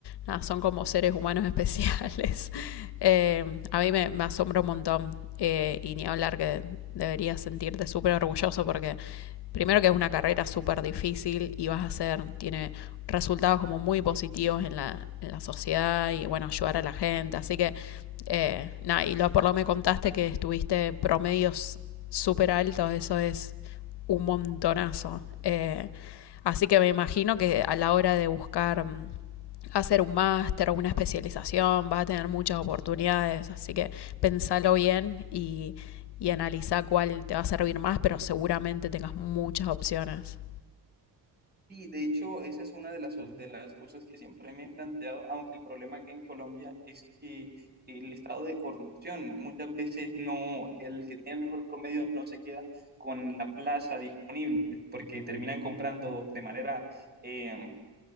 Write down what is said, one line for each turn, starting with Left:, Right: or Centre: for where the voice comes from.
Left: nada, son como seres humanos especiales. <laughs> Eh, a mí me, me asombra un montón eh, y ni hablar que deberías sentirte súper orgulloso porque Primero que es una carrera súper difícil y vas a hacer, tiene resultados como muy positivos en la, en la sociedad y bueno, ayudar a la gente. Así que, eh, nada, y lo, por lo que me contaste que estuviste promedios súper altos, eso es un montonazo. Eh, así que me imagino que a la hora de buscar mm, hacer un máster o una especialización, vas a tener muchas oportunidades, así que pensalo bien y, y analiza cuál te va a servir más, pero seguramente tengas muchas opciones.
Right: Sí, de hecho, esa es una de las, de las cosas que siempre me he planteado, aunque el problema aquí en Colombia es que el estado de corrupción, muchas veces no, el que tiene el mejor promedio no se queda con la plaza disponible, porque terminan comprando de manera, eh,